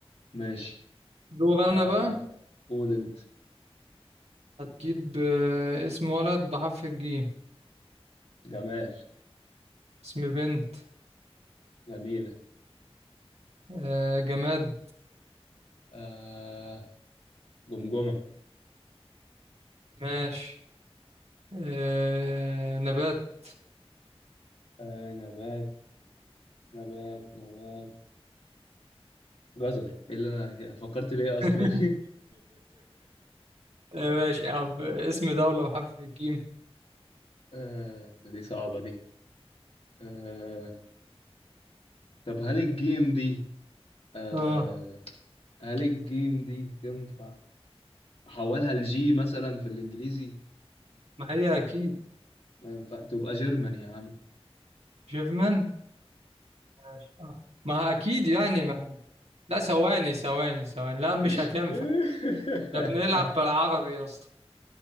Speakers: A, on the left (about 65°); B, on the right (about 80°).
A: ماشي
B: دور انا
A: آه
B: بقى
A: قول انت
B: هتجيب آه، اسم ولد بحرف الجيم
A: جمال
B: اسم بنت
A: جميلة
B: آه، جماد
A: آه جمجمة
B: ماشي آه، نبات
A: آه نبات نبات نبات جزر ايه اللي انا فكرت ليه
B: <laughs>
A: اصلا
B: آه، ماشي يا عم اسم دولة بحرف الجيم
A: <laughs> آه دي صعبة دي آه طب هل الجيم دي آه
B: اه
A: هل الجيم دي تنفع احولها لجي مثلا في الانجليزي
B: ما هي
A: ولا
B: اكيد
A: ما ينفع تبقى جيرمان يا عم
B: جيرمان ماشي آه. ما هي اكيد يعني ما لا ثواني ثواني ثواني لا مش
A: <laughs>
B: هتنفع احنا بنلعب بالعربي يا اسطى